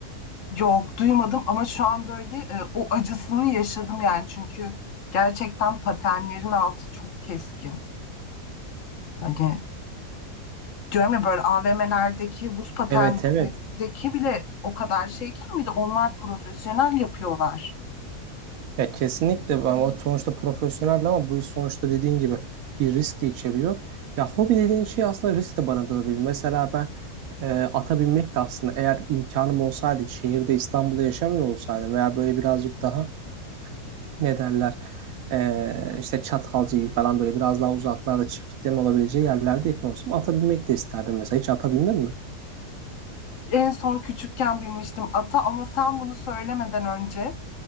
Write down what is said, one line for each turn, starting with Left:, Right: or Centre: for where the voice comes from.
Left: yok duymadım ama şu an böyle e, o acısını yaşadım yani. Çünkü gerçekten patenlerin altı çok keskin. Hani diyorum ya böyle AVM'lerdeki buz patenindeki
Right: Evet evet.
Left: bile o kadar şeyken bir de onlar profesyonel yapıyorlar.
Right: Ya kesinlikle ama sonuçta profesyonel ama bu iş sonuçta dediğin gibi bir risk de içeriyor. Ya hobi dediğin şey aslında risk de barındırabilir. Mesela ben e, ata binmek de aslında eğer imkanım olsaydı şehirde İstanbul'da yaşamıyor olsaydım veya böyle birazcık daha ne derler e, işte Çatalca gibi falan böyle biraz daha uzaklarda çiftliklerin olabileceği yerlerde yakın olsam ata binmek de isterdim mesela. Hiç ata bindin mi?
Left: en son küçükken bilmiştim ata ama sen bunu söylemeden önce